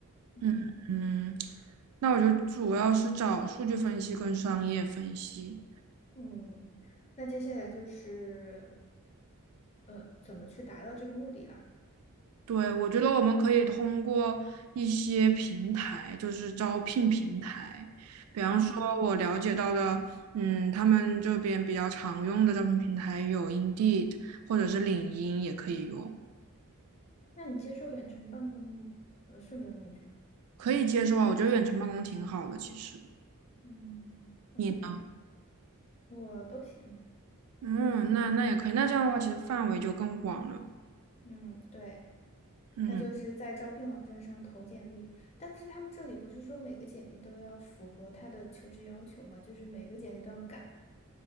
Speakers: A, on the left; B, on the right.
A: 嗯，
B: 嗯嗯，那我就主要是找数据分析跟商业分析。
A: 嗯，那接下来就是呃，怎么去达到这个目的啦？
B: 对，我觉得我们可以通过一些平台，就是招聘平台，比方说我了解到的，
A: 嗯
B: 嗯，他们这边比较常用的招聘平台有 Indeed 或者是领英也可以用。
A: 那你接受远程办公吗？呃，顺便问一句
B: 可以接受啊，我觉得远程办公挺好的，其实。
A: 嗯，OK，
B: 你呢？
A: 我都行。
B: 嗯，那那也可以，那这样的话，其实范围就更广了。
A: 嗯，对。
B: 嗯，
A: 那就是在招聘网站上投简历，但是他们这里不是说每个简历都要符合他的求职要求吗？就是每个简历都要改。